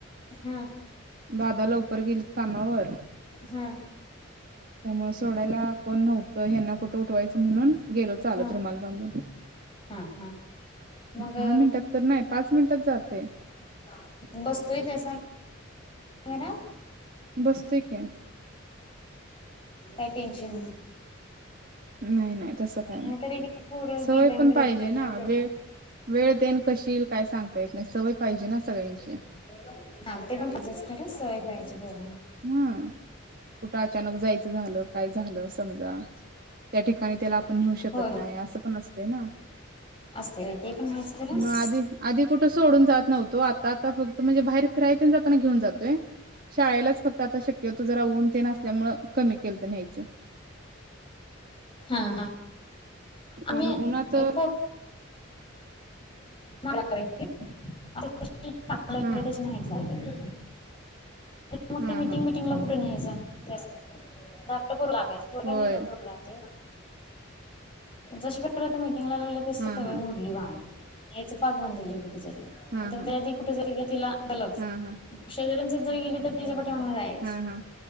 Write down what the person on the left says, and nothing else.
हम
हा
हा
हा हा मग
<unintelligible> बसतोय त्यास गरम
काही टेन्शन
नाहीतर एक पोर
गेल्यावर
रडत्यात
नाही
<unintelligible>
होय होय
असते ते पण आहेच खरं
हा हा आम्ही
मलाराय ठीक आहे आम्हाला इन्व्हिटेशन
हाय काय? मग
ते म मिटिंग
विटंगला कुठे नाही जात त्याच क्टर लागयच थोड्या
बथोर लाहते जशी करात म ला सेवे
मुडली बा आम्ही हेच पाग बनल कुठेच
तर
त्या आधी कुठेजरी गेल तरी आलच
शेजऱ्यांच जर गेली तर तिच्या पाठी जमलय